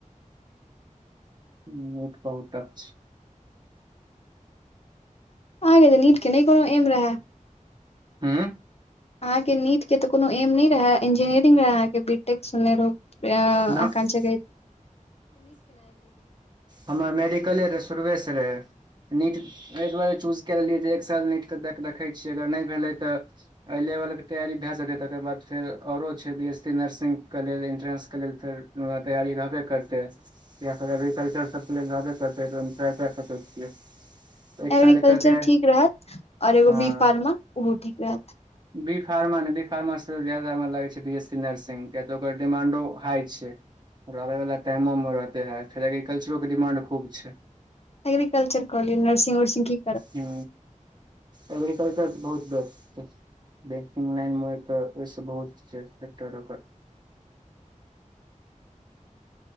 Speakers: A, on the right (about 35°); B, on the left (about 50°).
A: निट बहुत टप छै
B: अहाँ के तऽ नीट के नहि कोनो एम रहै
A: हू
B: अहाँकेँ नीटके तऽ कोनो एम नहि रहै इंजीनियरिंग रहै अहाँकेँ बीटेक सुनने रहौ
A: न
B: आकच गा
A: हमर मेडिकले रहे शुरवेसँ रहे नीट एहि दुआरे चूज कए लेलियै जे एक साल नीटके देखै छियै अगर नहि भेलै तऽ एहि लेबलके तैयारी भए सकै तकर बाद फेर आओरो छै बी एस सी नर्सगके लेल इन्ट्रेन्सके लेल फेर तैयी रहबे करते एग्रीकल्चर सभबे करतै त क सकै छियै एक
B: एग्रीकल्चर
A: साल एकर तैयारी
B: ठीक रहत और एगो
A: हँ
B: बी फार्मर ओहो ठीक रहत।
A: बी फार्म ने बी फार्म से जादा हमरा लागै छै बी एस सी नर्सिग किया तऽ ओकर डिमांडो हाई छै आबे वाला टाइमो मे रहे है फेर एग्रीकल्चरो के डिमांड खूब छै
B: एग्रीकल्चरॉ कऽ लिया नर्सिग वर्सिग कि
A: हु ऐ बेर कर कऽ बहुत बेसत छैथिन बंग लन एक बहुतट